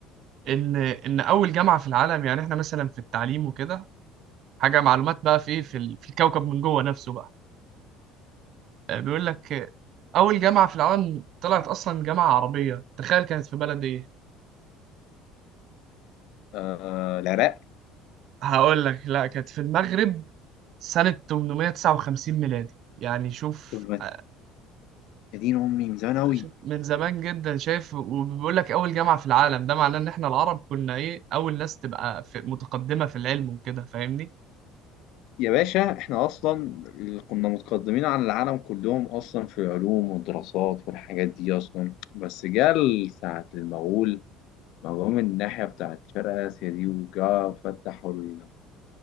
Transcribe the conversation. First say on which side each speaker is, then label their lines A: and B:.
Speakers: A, on the right; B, on the left.
A: ان ان اول جامعه في العالم يعني احنا مثلا في التعليم وكده حاجه معلومات بقى في إيه، في ال- في الكوكب من جوه نفسه بقى آه، بيقول لك آه، اول جامعه في العالم طلعت اصلا جامعه عربيه تخيل كانت في بلد ايه
B: آه العراق
A: هقول لك لا كانت في المغرب سنه 859 ميلادي يعني شوف
B: طب ما-
A: آه،
B: يا دين امي من زمان قوي
A: شوف من زمان جدا شايف وبيقول لك اول جامعه في العالم ده معناه ان احنا العرب كنا ايه اول ناس تبقى في متقدمه في العلم وكده فاهمني
B: يا باشا احنا اصلا كنا متقدمين عن العالم كلهم اصلا في العلوم والدراسات والحاجات دي اصلا بس جه ساعة المغول ما جم من الناحية بتاعت شرق آسيا دي وجا فتحوا ال-